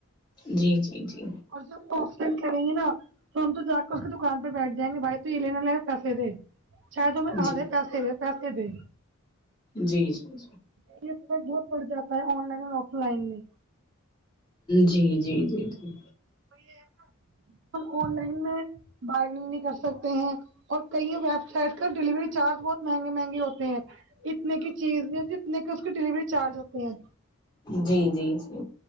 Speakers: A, on the left; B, on the right.
A: جی جی جی
B: اور جب اف لائن کریں گے نا تو ہم تو جا کر اس کی دکان پے بیٹھ جائیں گے بائی تو یے لینا بدلے میں پیسے دے چاہے تو ہمیں
A: جی
B: آ دے پیسے میں پیسے دے
A: جی جی جی
B: سلیپ سے بہت پڑ جاتا ہے آن لائن اور آف لائن میں
A: جی جی جی جی
B: وہی ہے نہ تو ہم آن لائن میں بارگنگ نہیں کر سکتے ہیں اور کئی ویب سائٹ کا ڈیلیوری چارج بہت مہنگے مہنگے ہوتے ہیں اتنے کی چیز اتنے کے اس کے ڈیلیوری چارج ہوتی ہیں
A: جی جی جی